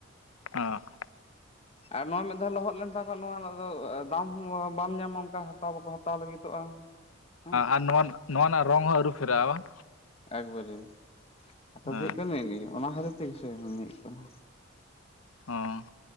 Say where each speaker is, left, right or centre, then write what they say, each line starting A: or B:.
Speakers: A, on the left; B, on the left.
A: ᱦᱚᱸ
B: ᱟᱨ ᱱᱚᱣᱟ ᱢᱤᱫ ᱫᱷᱟᱣ ᱞᱚᱦᱚᱫ ᱞᱮᱱ ᱠᱷᱟᱱ ᱱᱚᱣᱟ ᱫᱟᱢ ᱵᱟᱢ ᱧᱟᱢᱟ ᱚᱱᱠᱟ ᱦᱟ ᱵᱟᱠᱚ ᱦᱟᱛᱟᱣ ᱞᱟᱹᱜᱤᱫᱚᱜᱼᱟ᱾ ᱦᱮᱸ
A: ᱟᱨ ᱱᱚᱣᱟ ᱱᱚᱣᱟ ᱨᱮᱱᱟᱜ ᱨᱚᱝ ᱦᱚᱸ ᱟᱹᱨᱩ ᱯᱷᱮᱨᱟᱜᱼᱟ ᱵᱟᱝ?
B: ᱮᱠᱵᱟᱨᱮ ᱠᱟᱛᱷᱟ
A: ᱦᱮᱸ
B: ᱫᱚ ᱦᱩᱭᱩᱜ ᱠᱟᱱᱟ ᱤᱱᱟᱹ ᱜᱮ ᱚᱱᱟ ᱠᱷᱟᱛᱤᱨ ᱛᱮᱜᱮ ᱦᱩᱭᱩᱜ ᱠᱟᱱᱟ᱾
A: ᱦᱚᱸ